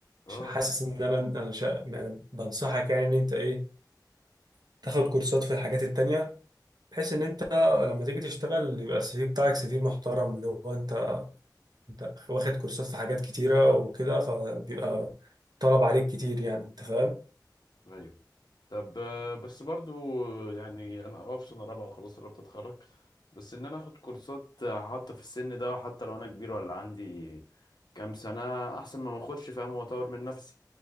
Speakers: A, on the left; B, on the right.
A: اه
B: ش-
A: AI.
B: حاسس ان انا انا شا... يعني بنصحك يعني ان انت ايه تاخد كورسات في الحاجات التانية بحيث ان انت لما تيجي تشتغل يبقى السي في بتاعك سي في محترم اللي هو انت انت واخد كورسات في حاجات كتيرة وكده فبيبقى طلب عليك كتير يعني انت فاهم
A: ايوه طب آه، بس برضو يعني انا اه في سنه رابعه وخلاص قربت اتخرج بس ان انا اخد كورسات آه، حتى في السن ده حتى لو انا كبير ولا عندي كام سنه احسن ما ماخدش فاهم واطور من نفسي